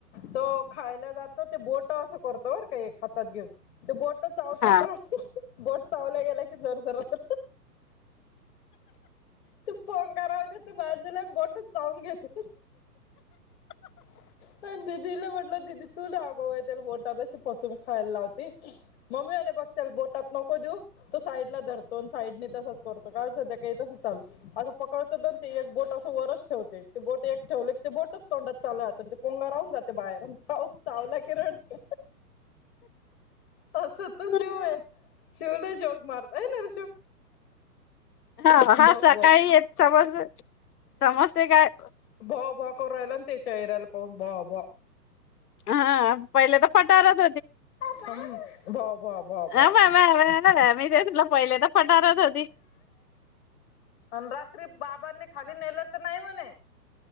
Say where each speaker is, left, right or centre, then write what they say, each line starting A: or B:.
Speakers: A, on the left; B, on the left.
A: तो खायला जातो ते बोट असं करतो बर का एक हातात घेऊन ते बोट चावत
B: हा
A: <unintelligible> बोट चावल्या गेला की जर जरा तर ते पोंगा राहूदे बाजूला बोट चाऊन घेते
B: <unintelligible>
A: पण दिदीला म्हटल दिदी तु दाखव त्याला बोटात बसून खायला लावती मम्मीने बघ त्या बोटात नको देऊ तो साईड ला धर दोन साईडने तसच करतो काय सध्या काही तस अस पकडत एक बोट असं वरच ठेवते ते बोट एक ठेवले क ते बोटच तोंडात चावलं जात पोंगार राहून जाते बाहेरून व चावला कि रडत तस त
B: हा
A: शिव आहे शिव ली जोग मारताय न
B: हा हा
A: बो
B: सकाळी
A: बो
B: येत समज समजतय काय
A: भो भो करून राहिला त्यांच्या <unintelligible> राहिला
B: हा पहिले तर पटारच
A: <inaudible> भो भो भो
B: हा
A: भो
B: म <unintelligible> पहिले तर पठाराच होती
A: अन रात्री बाबांनी खाली नेलं तर नाही म्हणे